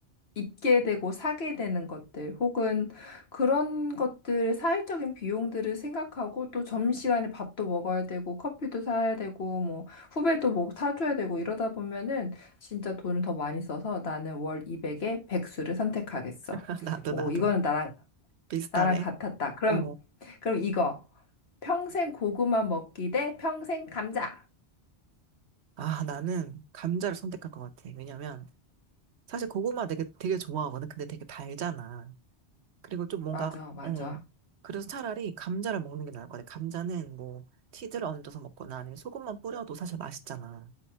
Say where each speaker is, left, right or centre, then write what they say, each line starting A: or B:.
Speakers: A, on the left; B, on the right.
A: 입게 되고 사게 되는 것들 혹은 그런 것들 사회적인 비용들을 생각하고 또 점심시간에 밥도 먹어야 되고 커피도 사야 되고 뭐 후배도 뭐 사줘야 되고 이러다 보면은 진짜 돈을 더 많이 써서 나는 월 200에 백수를 선택하겠어.
B: <laughs> 나도,
A: 오,
B: 나도.
A: 이거는 나랑
B: 비슷하네.
A: 나랑 같았다. 그럼
B: 어,
A: 그럼 이거 평생 고구마 먹기 대 평생 감자.
B: 아, 나는 감자를 선택할 것 같아. 왜냐면, 사실 고구마 되게, 되게 좋아하거든. 근데 되게 달잖아. 그리고 좀 뭔가,
A: 맞아, 맞아.
B: 어, 그래서 차라리 감자를 먹는 게 나을 것 같아. 감자는 뭐, 치즈를 얹어서 먹거나 아니면 소금만 뿌려도 사실 맛있잖아.